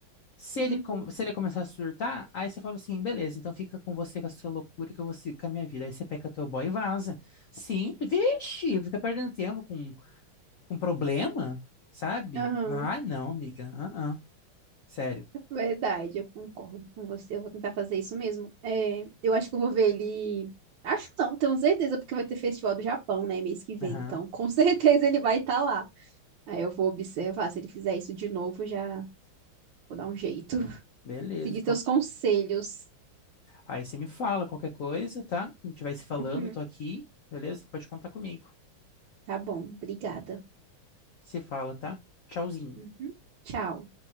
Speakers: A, on the left; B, on the right.
A: Se
B: Uhum.
A: ele, com- se ele começar a surtar, aí você fala assim, beleza, então fica com você com a sua loucura e que eu vou seguir com a minha vida. Aí você pega teu boy e vaza. Sim, vixe, fica perdendo tempo com, com problema, sabe?
B: Aham,
A: Ah, não, amiga. Ah, ah. Sério.
B: verdade, eu concordo com você. Eu vou tentar fazer isso mesmo. É, eu acho que eu vou ver ele. Acho não, tenho certeza, porque vai ter festival do Japão, né, mês que vem.
A: Aham,
B: Então, com <laughs> certeza ele vai estar lá. Aí eu vou observar. Se ele fizer isso de novo, já vou dar um jeito. <laughs>
A: Beleza.
B: Seguir teus
A: Qual-
B: conselhos.
A: Aí você me fala qualquer coisa, tá? A gente vai se falando,
B: Uhum.
A: tô aqui, beleza? Pode contar comigo.
B: Tá bom, obrigada.
A: Se fala, tá? Tchauzinho.
B: Uhum. Tchau.